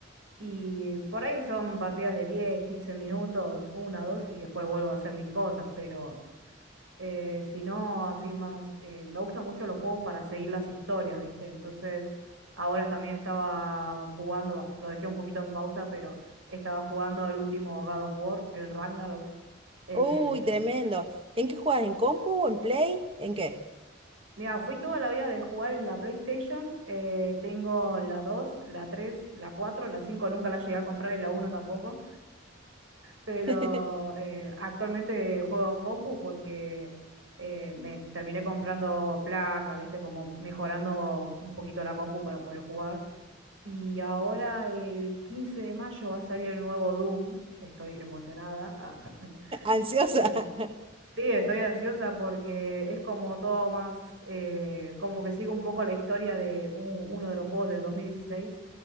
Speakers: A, on the right; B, on the right.
A: Y por ahí son partidos de 10 15 minutos, una, dos, y después vuelvo a hacer mis cosas, pero eh, si no, así más, eh, me gustan mucho los juegos para seguir las historias, ¿viste? Entonces, ahora también estaba jugando, va, lo dejé un poquito en pausa, pero estaba jugando el último God of War, el Ragnarok. Eh,
B: Uy, tremendo. ¿En qué juegas? ¿En compu? ¿En play? ¿En qué?
A: mira, fui toda la vida de jugar en la PlayStation. eh, tengo la dos la tres la cuatro la 5 nunca la llegué a comprar y la uno tampoco. Pero
B: <laughs>
A: eh, actualmente juego en compu porque eh, me terminé comprando placas, viste, como mejorando un poquito la compu para poder jugar. Y ahora el 15 de mayo va a salir el nuevo Doom. Estoy emocionada. Ah. <laughs>
B: ¿Ansiosa?
A: Eh,
B: <laughs>
A: sí, estoy ansiosa porque es como todo más, eh, como que sigue un poco la historia de u- uno de los juegos del 2016.